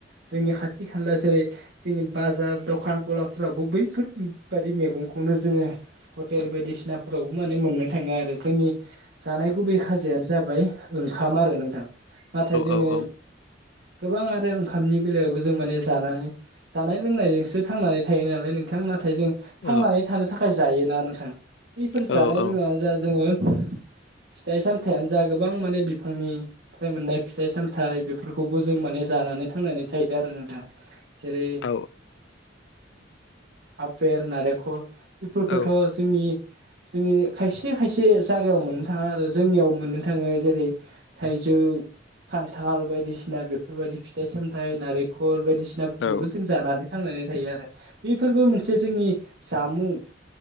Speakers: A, on the right; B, on the left.
A: जोंनि खाथि खानला जेरै जोंनि बाजार दखान गलाफ्रावबो बैफोरबादि मैगंखौनो जोङो हटेल बायदिसिनाफ्रावबो माने मोन्नो थाङो आरो, जोंनि जानाय गुबै खाजायानो जाबाय ओंखाम आरो नोंथां। नाथाय जोङो
B: औ औ
A: गोबां आरो ओंखामनि बेलायावबो जों माने जानानै जानाय लोंनायजोंसो थांनानै थायो नालाय नोंथां नाथाय जों
B: औ
A: थांनानै थानो थाखाय जायोना नोंथां बैफोर
B: औ
A: जानाय
B: औ
A: लोंनायानो जा जोङो थाइ सामथायानो जा गोबां माने बिफांनि फ्राय मोननाय फिथाइ-सामथाय बेफोरखौबो जों माने जानानै थांनानै थायो आरो नोंथां। जेरै
B: औ
A: आपेल, नारेखल बेफोरखौथ'
B: औ
A: जोंनि जोङि खायसे खायसे जागायाव मोननो थाङा आरो। जोंनियाव मोननो थाङो जेरै थाइजौ, खान्थाल बायदिसिना बेफोरबायदि फिथाइ सामथाइ नारिखल बायदिसिनाफोरखौबो
B: औ
A: जों जानानै थांनानै थायो आरो बेफोरबो मोनसे जोंनि जामुं